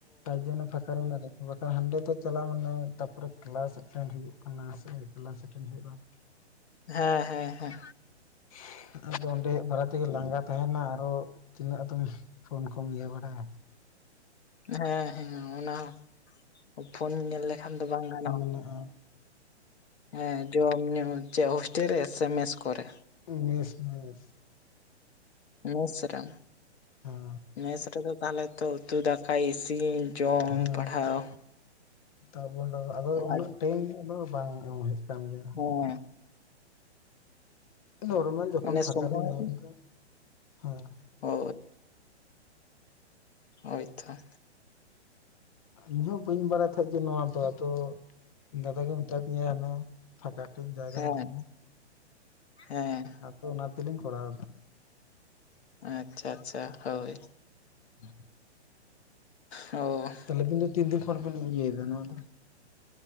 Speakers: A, on the left; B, on the left.
A: ᱟᱨ ᱡᱮ ᱚᱱᱟ ᱯᱷᱟᱠᱟ ᱨᱮ ᱢᱮᱱᱟᱜ ᱞᱮ ᱦᱟᱸᱰᱮ ᱛᱚ ᱪᱟᱞᱟᱣ ᱢᱟᱱᱮ ᱛᱟᱯᱚᱨᱮ ᱠᱮᱞᱟᱥ ᱮᱴᱮᱱ ᱦᱩᱭᱩᱜ ᱠᱟᱱᱟ ᱥᱮ ᱠᱮᱞᱟᱥ ᱮᱴᱮᱱ ᱦᱩᱭᱩᱜᱼᱟ᱾ <inaudible>
B: ᱦᱮᱸ ᱦᱮᱸ ᱦᱮᱸ
A: <inaudible> ᱟᱫᱚ ᱚᱸᱰᱮ ᱵᱟᱲᱟ ᱛᱮ ᱜᱮ ᱞᱟᱸᱜᱟ ᱛᱟᱦᱮᱱᱟ ᱟᱨᱚ ᱛᱤᱱᱟᱹᱜ ᱟᱫᱚᱢ ᱯᱷᱳᱱ ᱠᱚᱢ ᱤᱭᱟᱹ ᱵᱟᱲᱟᱭᱟ᱾
B: ᱦᱮᱸ ᱦᱮᱸ ᱚᱱᱟ ᱦᱚᱸ ᱯᱷᱳᱱ ᱧᱮᱞ ᱞᱮᱠᱷᱟᱱ ᱫᱚ ᱵᱟᱝ ᱜᱟᱱᱚᱜᱼᱟ᱾
A: ᱦᱮᱸᱱᱟᱜᱼᱟ᱾
B: ᱦᱮᱸ ᱡᱚᱢ ᱧᱩ ᱪᱮᱫ ᱦᱳᱥᱴᱮ ᱨᱮ ᱥᱮ ᱢᱮᱥ ᱠᱚᱨᱮ
A: ᱢᱮᱥ ᱢᱮᱥ
B: ᱢᱮᱥ ᱨᱮ
A: ᱦᱮᱸ
B: ᱢᱮᱥ ᱨᱮᱫᱚ ᱛᱟᱦᱚᱞᱮ ᱛᱚ ᱩᱛᱩ ᱫᱟᱠᱟ ᱤᱥᱤᱱ ᱡᱚᱢ
A: ᱦᱮᱸ ᱦᱮᱸ
B: ᱯᱟᱲᱦᱟᱣ
A: ᱛᱟᱵᱚᱱ ᱞᱟᱜᱼᱟ ᱟᱫᱚ ᱩᱱᱟᱹᱜ
B: ᱟᱨ
A: ᱴᱟᱭᱤᱢ ᱫᱚ ᱵᱟᱝ ᱮᱢ ᱦᱩᱭᱩᱜ ᱠᱟᱱ ᱜᱮᱭᱟ᱾
B: ᱦᱮᱸ
A: ᱱᱚᱨᱢᱟᱞ ᱡᱚᱠᱷᱚᱱ
B: ᱢᱟᱱᱮ
A: ᱯᱷᱟᱠᱟ
B: ᱥᱚᱢᱚᱭ
A: ᱞᱤᱧ ᱧᱟᱢ ᱮᱫᱟ ᱦᱮᱸ
B: ᱦᱳ ᱦᱳᱭᱛᱚ᱾
A: ᱦᱩ ᱤᱧ ᱦᱚ ᱵᱟᱹᱧ ᱵᱟᱲᱟᱭ ᱛᱟᱦᱮᱸᱫ ᱡᱮ ᱱᱚᱣᱟ ᱫᱚ ᱟᱫ ᱛᱚ ᱫᱟᱫᱟ ᱜᱮ ᱢᱮᱛᱟ ᱫᱤᱧᱟᱹ ᱚᱱᱮ ᱯᱷᱟᱸᱠᱟ ᱴᱟᱭᱤᱢ ᱡᱟᱜᱮᱢ
B: ᱦᱮᱸ
A: ᱧᱟᱢᱟ᱾
B: ᱦᱮᱸ
A: ᱟᱫᱚ ᱚᱱᱟ ᱛᱮᱞᱤᱧ ᱠᱚᱨᱟᱣ ᱮᱫᱟ᱾
B: ᱟᱪᱪᱷᱟ ᱟᱪᱪᱷᱟ ᱦᱳᱭ
A: <inaudible>
B: ᱚ
A: ᱛᱟᱦᱚᱞᱮ ᱠᱤᱱᱛᱩ ᱛᱤᱱ ᱠᱷᱚᱱ ᱵᱤᱱ ᱤᱭᱟᱹᱭᱮᱫᱟ ᱱᱚᱣᱟ ᱫᱚ᱾